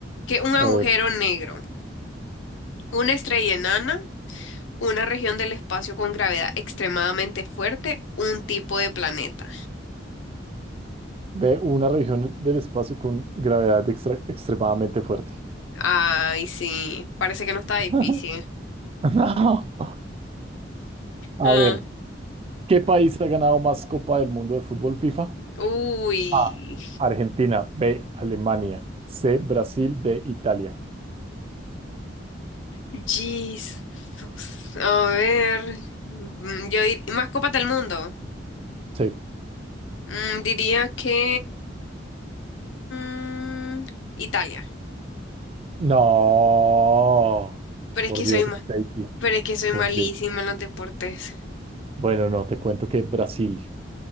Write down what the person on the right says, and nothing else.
a ver,
ve una región del espacio con gravedad extra- extremadamente fuerte.
<laughs> No. A
ver, ¿qué país ha ganado más Copa del Mundo de fútbol FIFA?
A. Argentina. B. Alemania. C. Brasil. D. Italia.
Sí.
No.
Por
Dios,
Stacy.
Por
Dios.
Bueno, no, te cuento que Brasil